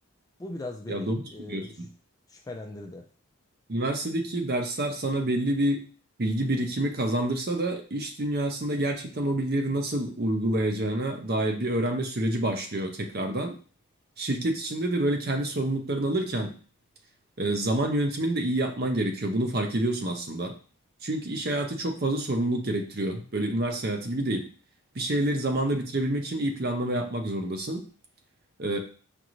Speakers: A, on the left (about 15°); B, on the right (about 45°).
A: Bu biraz beni
B: Ya doğru
A: e,
B: söylüyorsun.
A: ş- şüphelendirdi.
B: Üniversitedeki dersler sana belli bir bilgi birikimi kazandırsa da iş dünyasında gerçekten o bilgileri nasıl uygulayacağına dair bir öğrenme süreci başlıyor tekrardan. Şirket içinde de böyle kendi sorumluluklarını alırken E, zaman yönetimini de iyi yapman gerekiyor. Bunu fark ediyorsun aslında. Çünkü iş hayatı çok fazla sorumluluk gerektiriyor. Böyle üniversite hayatı gibi değil. Bir şeyleri zamanında bitirebilmek için iyi planlama yapmak zorundasın. E,